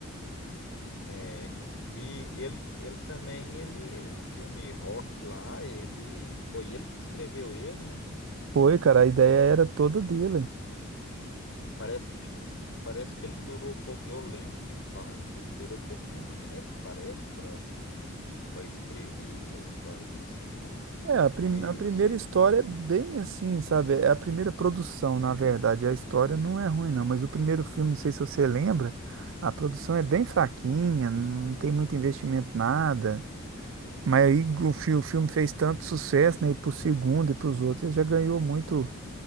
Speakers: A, on the left (about 65°); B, on the right (about 60°).
A: é, e e ele, ele também, ele, o filme Rock lá, ele foi ele que escreveu ele, né?
B: Foi, cara, a ideia era toda dele.
A: Parece, parece que ele durou pouco. Eu lembro que falando que ele durou pouquinho tempo, parece, para para escrever a história desse filme.
B: É, a, prim-
A: E
B: a primeira
A: Sei.
B: história é bem assim, sabe? É a primeira produção, na verdade. A história não é ruim, não, mas o primeiro filme, não sei se você lembra, a produção é bem fraquinha, não tem muito investimento, nada.
A: Uhum.
B: Mas aí o fi- o filme fez tanto sucesso, né? E pro segundo e pros outros, ele já ganhou muito,